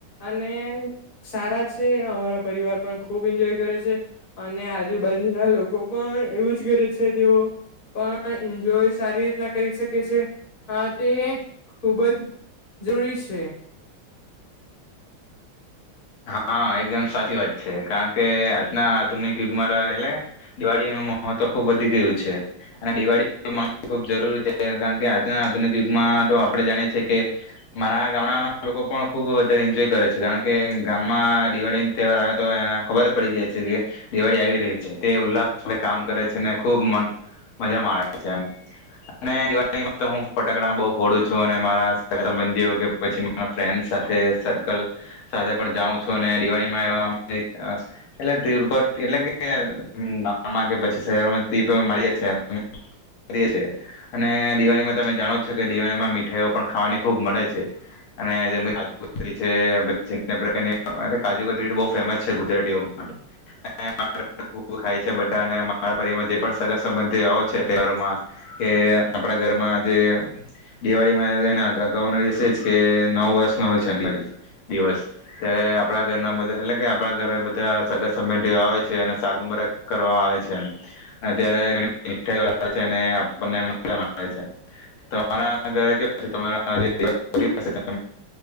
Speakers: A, on the left; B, on the left.
A: અને સારા છે અમારા પરિવાર પણ ખૂબ એન્જોય કરે છે અને આજુબાજુના લો કો પણ એવું જ કરે છે તેઓ પણ એન્જોય સારી રીતના કરી શકે છે, પણ તે ખુબ જ જરૂરી છે.
B: હા, એકદમ સાચી વાત છે, કારણ કે આજના આધુનિક યુગમાં ત એટલે દિવાળીએનું મહત્વ ખુબ વધી ગયું છે. અને દિવાળીમાં ખૂબ જરૂરી છે કારણ કે આજના આધુનિક યુગમાં તો આપડે જાણીએ છીએ કે મારા ગામડાના લોકો પણ ખુબ વધારે એન્જોય કરે છે કારણ કે ગામમાં દિવાળીન તહેવાર આવે તો એના ખબર પડી જાય છે કે દિવાળી આવી રહી છે. તે ઉલ્લાસળે કામ કરે છે ને ખુબ મન મજા માણે છે એમ. અને દિવાળીમાં તો હું ફટકડા બઉ ફોડું છું, અને મારા સગા-સબંધીઓ કે પછી મારા ફ્રેન્ડ સાથે સર્કલ સાથે પણ જાઉ છું, દિવાળીમાં એવા એક અ એટલે ધીર ઉપર એટલે કે ગામમાં કે પછી શહેરોમાંથી તો મળયાં છે કરીએ છીએ, અને દિવાળીમાં તમે જાણો છો કે દિવાળીમાં મીઠાઈઓ પણ ખાવાની ખુબ મળે છે. અને જેમ કે કાજુ કતરી છે <unintelligible> અનેક પ્રકારની અરે કાજુ કતરી તો બઉ ફેમસ છે ગુજરાતીઓ માટે અને <unintelligible> ખાય છે બધાને મારા પરિવરમાં જે પણ સગા-સંબંધીઓ આવે છે તહેવારોમાં કે આપડા ઘરમાં જે દિવાળીમાં એવુ એના અગ-ગ-ગાઉના દિવસે જ કે નવ વર્ષનું હોય છે દિવાળી દિવસ. ત્યારે આપડા ઘરના બધા એટલે કે આપડા ઘરે બધા સગા-સબંધીઓ આવે છે અને સાલમુબારક કરવા આવે છે એમ. અત્યાર <unintelligible> તમારા ઘરે કેવા તમારા <unintelligible> બટ